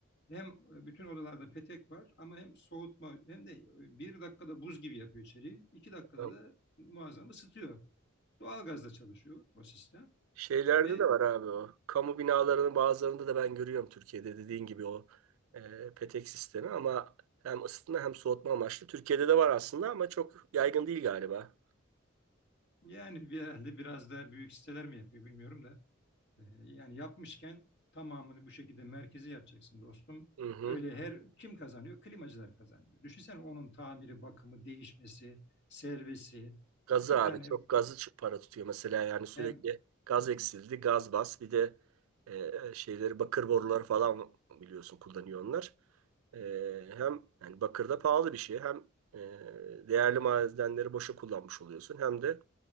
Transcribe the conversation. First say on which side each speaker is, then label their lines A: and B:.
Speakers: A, on the left; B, on the right.
A: Hem e, bütün odalarda petek var ama hem soğutma hem de e, bir dakikada buz gibi yapıyor içeriği. iki dakikada
B: Tamam.
A: da muazzam ısıtıyor. Doğalgazla çalışıyor o sistem
B: Şeylerde
A: ve
B: de var abi o. Kamu binalarının bazılarında da ben görüyorum Türkiye'de dediğin gibi o e, petek sistemi ama hem ısıtma hem soğutma amaçlı. Türkiye'de de var aslında ama çok yaygın değil galiba.
A: Yani bir- herhalde biraz daha büyük siteler mi yapıyor bilmiyorum da. Ee, yani yapmışken tamamını bu şekilde merkezi yapacaksın dostum.
B: Hı hı.
A: Öyle her kim kazanıyor? Klimacılar kazanıyor. Düşünsene onun tamiri, bakımı, değişmesi, servisi.
B: Gazı
A: Bir tane
B: abi çok gazı ç- para tutuyor mesela yani sürekli
A: hem
B: gaz eksildi gaz bas bir de e, şeyleri bakır borular falan biliyorsun kullanıyor onlar. E, hem yani bakır da pahalı bir şey hem e, değerli madenleri boşa kullanmış oluyorsun hem de